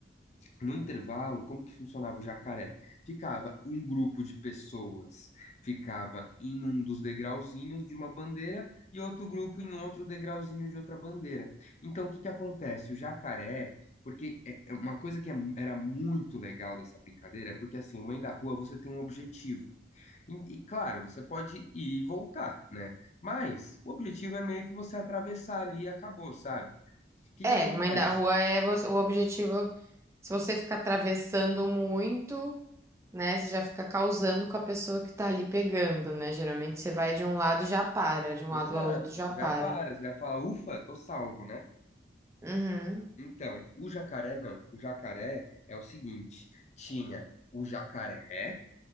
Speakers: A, on the left; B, on the right.
A: no intervalo, como que funcionava o jacaré? Ficava um grupo de pessoas, ficava em um dos degrauzinhos de uma bandeira e outro grupo em outro degrauzinho de outra bandeira. Então, o que que acontece? O jacaré, porque é é uma coisa que é- era muito legal dessa brincadeira é porque assim, mãe da rua, você tem um objetivo. E, e, claro, você pode ir e voltar, né? Mas o objetivo é meio que você atravessar ali e acabou, sabe? O que
B: É,
A: que acontece?
B: mãe da rua é vo- o objetivo. Se você ficar atravessando muito, né? Você já fica causando com a pessoa que tá ali pegando, né? Geralmente você vai de um lado e já para, de um lado
A: Exato,
B: ao outro já
A: você
B: para.
A: já para, você já fala, ufa, tô salvo, né?
B: Uhum.
A: Então, o jacaré não. O jacaré é o seguinte, tinha o jacaré,